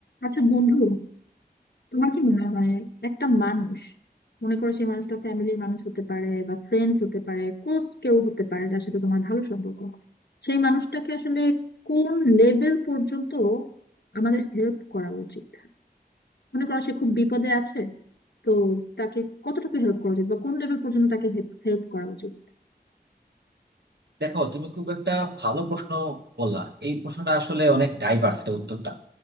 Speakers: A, on the left; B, on the right.
A: আচ্ছা বন্ধু তোমার কি মনে হয় একটা মানুষ মনে করো সেই মানুষটা ফ্যামিলির মানুষ হতে পারে বা ফ্রেন্ডস হতে পারে ক্লোজ কেউ হতে পারে যার সাথে তোমার ভালো সম্পর্ক সেই মানুষটাকে আসলে কোন লেভেল পর্যন্ত আমাদের হেল্প করা উচিত মনে করো সে খুব বিপদে আছে তো তাকে কতটুকু হেল্প করা উচিত বা কোন লেভেল পর্যন্ত তাকে হেল্প করা উচিত
B: দেখো তুমি খুব একটা ভালো প্রশ্ন বললা এই প্রশ্নটা আসলে অনেক ডাইভার্স এটা উত্তরটা